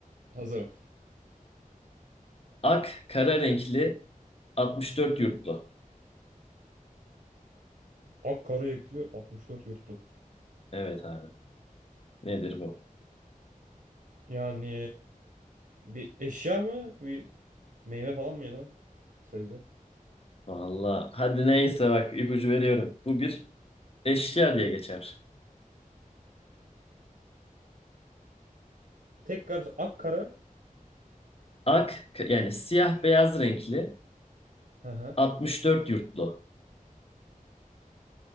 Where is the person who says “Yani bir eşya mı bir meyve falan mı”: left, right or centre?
Right